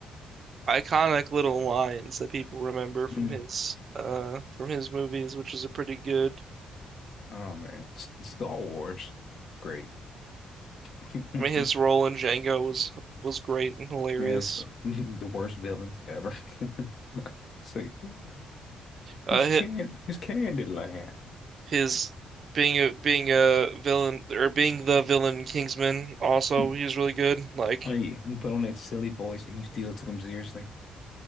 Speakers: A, on the right; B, on the left.
A: iconic little lines that people remember from
B: Mm.
A: his uh from his movies, which is a pretty good
B: Oh man, S Star Wars, great. <laughs>
A: I mean his role in Django was was great and hilarious.
B: Yes, <laughs> the worst villain ever. <laughs> It's like, oh,
A: Uh,
B: it's Can,
A: hi-
B: it's Candyland.
A: His being a being a villain or being the villain in Kingsman also
B: Hmm.
A: he was really good. Like
B: Oh, yeah, and put on that silly voice and you still took him seriously.